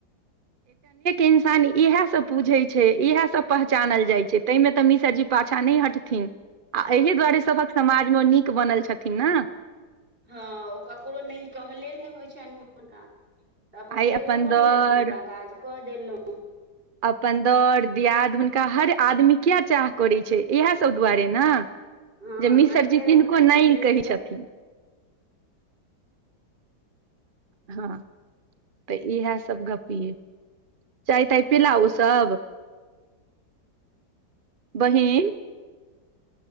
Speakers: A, on the right; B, on the right.
A: इंसान इह सब पूझै छै इएह सब पहचानल जाइ छै ताहि मे तऽ मिसर जी पाछा नहि हटथिन आ एहि दुआरे सभक समाज मे ओ नीक बनल छथिन न
B: हँ ओ ककरो नहि कहले नहि होइ छनि हुनका तऽ अपन
A: आइ
B: जे कहलथि
A: दर
B: तिनका काज कऽ देलहुँ
A: अपन दर दियाद हुनका हर आदमी किया चाह करैत छै इएहसभ दुआरे ने
B: हँ
A: जे मिसरजी
B: आ फेर हमरा
A: किनको नै
B: जेठ
A: कहै
B: दिया
A: छथिन हँ तऽ इहे सब गप्प यै चाय-ताय पीला ओ सभ, बहिन।